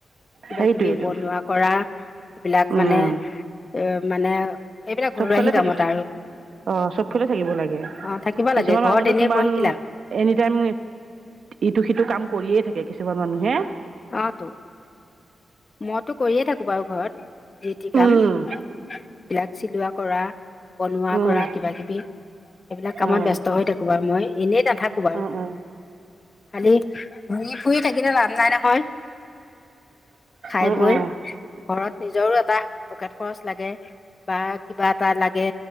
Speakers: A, on the left; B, on the right.
A: কিবা-
B: সেইটোৱেইটো
A: কিবি বনোৱা কৰা এইবিলাক
B: উম
A: মানে, এ', মানে, এইবিলাক
B: চবফালে
A: ঘৰুৱাহি কামত
B: থাকিব,
A: আৰু
B: অ', চবফালে থাকিব লাগে
A: অ থাকিব
B: কিছুমান
A: লাগে ঘৰত
B: মানুহতো
A: এনেই
B: কিমান
A: বহি কি লাভ
B: এনি -টাইম ইটো- -সিটো কাম কৰিয়ে থাকে।, কিছুমান মানুহে,
A: অহ ', তো মইতো কৰিয়ে থাকো বাৰু ঘৰত। যিটি কাম
B: উম
A: বিলাক, চিলোৱা কৰা, বনোৱা
B: উম
A: কৰা, কিবা-কিবি এইবিলাক কামত
B: উম
A: ব্যস্ত হৈ থাকো বাৰু মই এনে, নাথাকো বাৰু
B: উম উম
A: খালি ঘূৰি ফুৰি থাকিলে লাভ নাই ন', হয়, খাই
B: উম উম
A: বৈ।
B: উম
A: ঘৰত নিজৰো এটা পকেট খৰচ লাগে বা কিবা, লাগে